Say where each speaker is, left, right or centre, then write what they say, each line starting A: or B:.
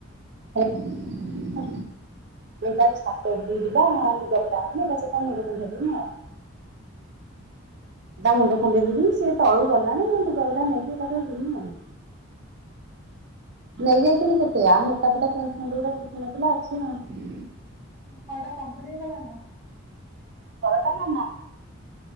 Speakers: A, on the right; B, on the right.
A: ଓହୋ,
B: <unintelligible> ଛାତ ଉପରକୁ ଯିବା ଲୁଗା ପଟା ଆଣିବା। <unintelligible> ତା ମୁଣ୍ଡ କୁଣ୍ଡେଇ ଦେଉଥିଲି ସେ ତଳକୁ ଗଲାଣି ମୁଁ ଲୁଗାପଟା ନେଇକି ଏକାଥରକେ ଯିବି ଆଉ। ନେଇଯାଇଥିଲି କେତେ ଆଉ ମୋଟା ଫୁଟା ପେଣ୍ଟ ଖଣ୍ଡି ଶୁଖି ନଥିଲା ଅଛି ଆଉ।
A: ତମ ଘରଟା କମ୍ପିଟ ହେଇଗଲାଣି ନା?
B: ଘର ଟା ନା।